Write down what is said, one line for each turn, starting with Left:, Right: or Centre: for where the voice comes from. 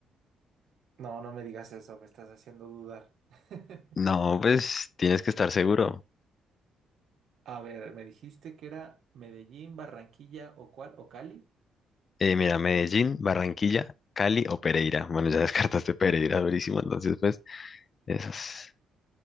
Right: No, no me digas eso, me estás haciendo dudar. <laughs>
Left: No, pues tienes que estar seguro.
Right: A ver, me dijiste que era Medellín, Barranquilla o cuál, o Cali.
Left: Eh, mira, Medellín, Barranquilla, Cali o Pereira. Bueno, ya <laughs> descartaste Pereira, durísimo. Entonces, pues, esas.